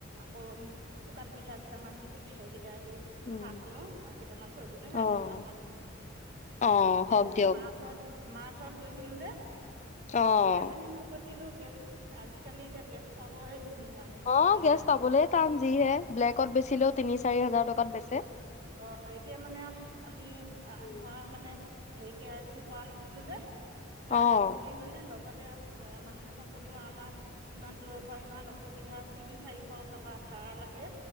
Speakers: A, on the right; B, on the left.
A: আকৌ শুকান পিঠা কেইটামান দিছিল সেইকেইটাত। চাহ
B: উম,
A: খালো আৰু কেইটামান তৈ দিচু হয়
B: অ',
A: ৰাতিপুৱা খাম।
B: অ',
A: আজি
B: হওক
A: মানে
B: দিয়ক।
A: মাছত মা ঘৰত গৈছিলো যে।
B: অ',
A: গেছ আনিব গৈছিলো। গেছ আজিকালি এতিয়া গেছ পাবই।
B: অ
A: দিগদাৰ
B: গেছ পাবলেে টান। যিহে ব্লেকত বেচিলেও তিনি চাৰি হাজাৰ টকাত বেচে।
A: অ এতিয়া মানে, আমি
B: উম।
A: মই মানে হেইত। কে আৰ চি কৰা নাছিলো যে সে
B: অ',
A: আজি কৰি মানে লগত সেয়া নয়ন মানুহজনক কলো আমাৰ ইমান দূৰৰ পৰা ইমান অসুবিধা তিনি চাৰিশ টকা ভ়াড়া লাগে।